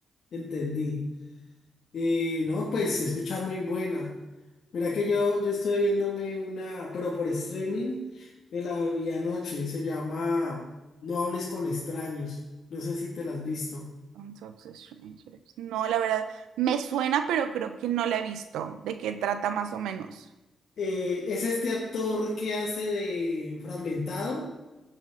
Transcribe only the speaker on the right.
Don't talk to strangers. No, la verdad, me suena, pero creo que no la he visto. ¿De qué trata más o menos?